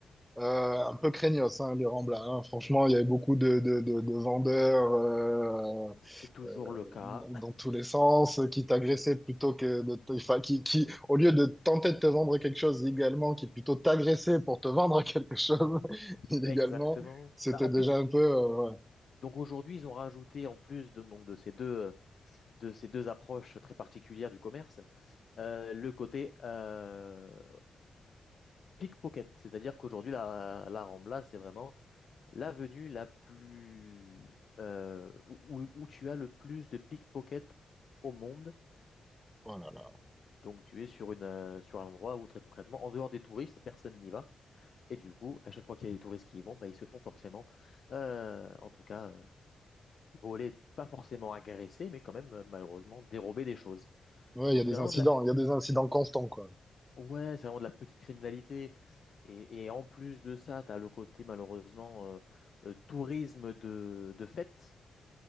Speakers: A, in the centre; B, on the left.
A: Euh, un peu craignos, hein, les Ramblas. hein. Franchement, il y avait beaucoup de, de, de, de vendeurs euh,
B: c'est toujours
A: euh,
B: le cas.
A: dans, dans tous les sens qui t'agressaient plutôt que de te- enfin, qui, qui, au lieu de tenter de te vendre quelque chose légalement, qui plutôt t'agressaient pour te vendre <laughs> quelque chose
B: <laughs>
A: illégalement,
B: Exactement.
A: c'était
B: Bah, en
A: déjà
B: plus,
A: un peu. euh, ouais.
B: donc aujourd'hui, ils ont rajouté, en plus de, donc, de ces deux, de ces deux approches très particulières du commerce, euh, le côté euh, pickpocket. C'est-à-dire qu'aujourd'hui, la, la Rambla, c'est vraiment l'avenue la plus, euh, où, où tu as le plus de pickpockets au monde.
A: Oh là là.
B: Donc tu es sur une, euh, sur un endroit où très concrètement, en dehors des touristes, personne n'y va. Et du coup, à chaque fois qu'il y a des touristes qui y vont, bah, ils se font forcément, euh, en tout cas, euh, voler, pas forcément agresser, mais quand même euh, malheureusement dérober des choses.
A: Ouais,
B: Donc
A: il y a des
B: c'est vraiment
A: incidents,
B: de la
A: il y a des incidents constants, quoi.
B: ouais, c'est vraiment de la petite criminalité. Et, et en plus de ça, tu as le côté malheureusement euh, euh, tourisme de, de fête.